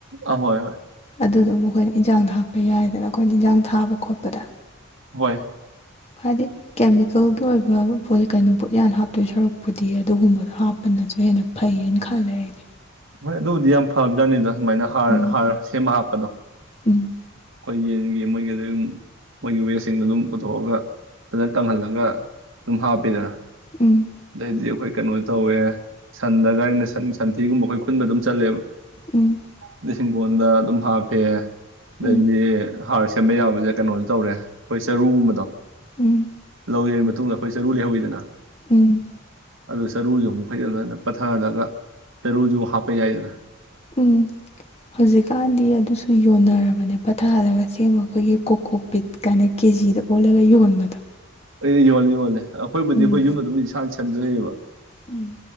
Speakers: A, on the right; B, on the left.
A: ꯑꯍꯣꯏ ꯍꯣꯏ
B: ꯑꯗꯨꯗꯣ ꯃꯈꯣꯏꯅ ꯏꯟꯖꯥꯡ ꯊ ꯍꯥꯞꯄ ꯌꯥꯏꯗꯅ ꯑꯩꯈꯣꯏꯅ ꯏꯟꯖꯥꯡ ꯊꯥꯕ ꯈꯣꯠꯄꯗ
A: ꯍꯣꯏ
B: ꯍꯥꯏꯗꯤ ꯀꯦꯃꯤꯀꯦꯜꯒꯤ ꯑꯣꯏꯕ ꯄꯣꯠ ꯀꯩꯅꯣ ꯄꯣꯠꯌꯥꯅ ꯍꯥꯞꯇꯣꯏ ꯁꯔꯨꯛꯄꯨꯗꯤ ꯑꯗꯨꯒꯨꯝꯕꯗꯣ ꯍꯥꯞꯄꯅꯁꯨ ꯍꯦꯟꯅ ꯐꯩꯌꯦꯅ ꯈꯜꯂꯦ ꯑꯩꯗꯤ
A: ꯍꯣꯏ ꯑꯗꯨꯕꯨꯗꯤ ꯌꯥꯝ ꯐꯕꯖꯥꯠꯅꯤꯗ ꯁꯨꯃꯥꯏꯅ ꯍꯥꯔ
B: ꯎꯝ
A: ꯍꯥꯔ ꯁꯦꯝꯃ ꯍꯥꯞꯄꯗꯣ
B: ꯎꯝ
A: ꯑꯩꯈꯣꯏ ꯌꯦꯟꯒꯤ ꯃꯣꯏꯒꯤ ꯑꯗꯨꯝ ꯃꯣꯏꯒꯤ ꯋꯦꯁꯁꯤꯡꯗꯨꯝ ꯑꯗꯨꯝ ꯄꯨꯊꯣꯛꯑꯒ ꯐꯖꯅ ꯀꯪꯍꯜꯂꯒ ꯑꯗꯨꯝ ꯍꯥꯞꯄꯤꯗꯅ
B: ꯎꯝ
A: ꯑꯗꯩꯗꯤ ꯑꯩꯈꯣꯏ ꯀꯩꯅꯣ ꯇꯧꯋꯦ ꯁꯟꯗꯒꯥꯥꯏꯅ ꯁꯟ ꯁꯟꯊꯤꯒꯨꯝꯕ ꯑꯩꯈꯣꯏ ꯈꯨꯟꯕ ꯑꯗꯨꯝ ꯆꯠꯂꯦꯕ꯫
B: ꯎꯝ ꯎꯝ
A: <unintelligible> ꯑꯗꯨꯅ ꯑꯗꯨꯝ ꯍꯥꯞꯄꯦ꯫ <unintelligible>
B: ꯎꯝ
A: ꯁꯦꯝꯕ ꯌꯥꯕꯁꯦ ꯀꯩꯅꯣꯁꯨꯦ ꯇꯧꯔꯦ ꯑꯩꯈꯣꯏ ꯆꯔꯨꯒꯨꯝꯕꯗꯣ
B: ꯎꯝ
A: <unintelligible> ꯃꯇꯨꯡꯗ ꯑꯩꯈꯣꯏ ꯆꯔꯨ ꯂꯩꯍꯧꯏꯗꯅ
B: ꯎꯝ
A: ꯑꯗꯨ ꯆꯔꯨꯁꯨ ꯑꯃꯨꯛ ꯑꯩꯈꯣꯏꯒꯤꯗꯅ ꯄꯠꯊꯍꯜꯂꯒ ꯆꯔꯨꯁꯨ ꯍꯥꯞꯄ ꯌꯥꯏꯗꯅ꯫
B: ꯑꯝ ꯍꯧꯖꯤꯀꯥꯟꯗꯤ ꯑꯗꯨꯁꯨ ꯌꯣꯟꯅꯔꯕꯅꯦ ꯄꯊꯥꯗꯒ ꯁꯦꯝꯕ ꯑꯩꯈꯣꯏꯒꯤ ꯀꯣꯀꯣ ꯄꯤꯠ ꯀꯥꯏꯅ ꯀꯦꯖꯤꯗ ꯑꯣꯜꯂꯒ ꯌꯣꯟꯕꯗꯣ
A: ꯑꯩ ꯌꯣꯜꯂꯦ ꯌꯣꯜꯂꯦ ꯑꯩꯈꯣꯏꯕꯨꯗꯤ
B: ꯎꯝ
A: ꯑꯩꯈꯣꯏ ꯌꯨꯝ ꯑꯗꯨꯝ ꯏꯁꯥꯅ ꯁꯦꯝꯖꯩꯌꯦꯕ
B: ꯎꯝ